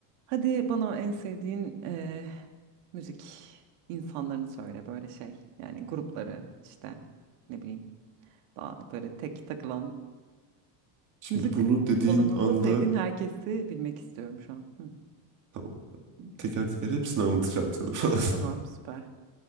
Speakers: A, on the right; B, on the right.
A: Hadi bana en sevdiğin eee, müzik insanlarını söyle böyle şey. Yani grupları işte ne bileyim daha böyle tek takılan
B: Şimdi
A: müzik
B: bunu dediğin
A: alanında
B: anda
A: sevdiğin herkesi bilmek istiyorum şu an. Hı.
B: tamam teker teker hepsini anlatacağım sana <laughs> falan.
A: Tamam süper.